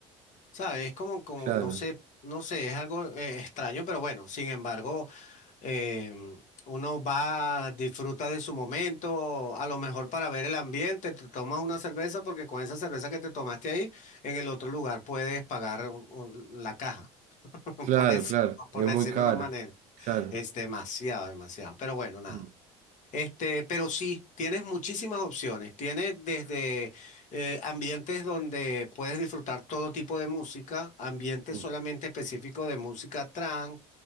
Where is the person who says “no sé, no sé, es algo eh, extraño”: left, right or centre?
Left